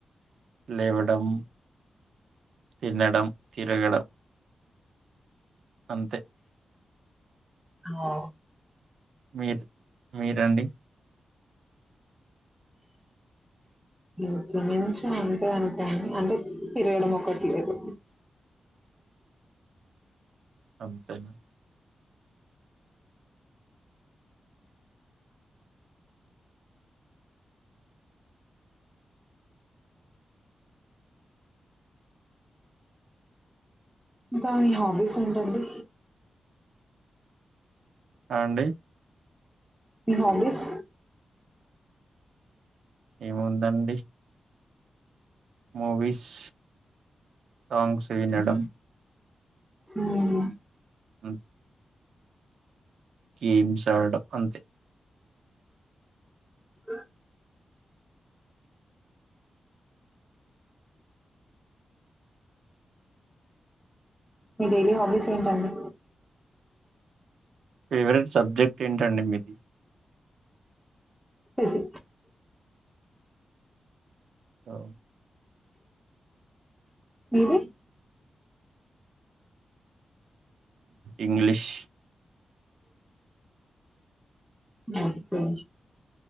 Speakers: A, on the right; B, in the centre.
A: లేవడం తినడం తిరగడం అంతే
B: ఆ
A: మీరు మీరండి
B: ఇంచుమించు అంతే అనుకోండి అంటే తిరగడం ఒకట్లేదు
A: అంతేనా
B: ఇంకా మీ హాబీస్ ఏంటండి
A: అండి
B: మీ హాబీస్
A: ఏముందండి మూవీస్ సాంగ్స్ సింగ్ చేయడం
B: హమ్
A: హమ్ గేమ్స్ ఆడడం అంతే
B: ఏ మీ డైలీ హాబీస్ ఏంటండి
A: ఫేవరెట్ సబ్జెక్ట్ ఏంటండీ మిది
B: తేజ్
A: ఆ
B: మీరు
A: ఇంగ్లీష్
B: ఓకే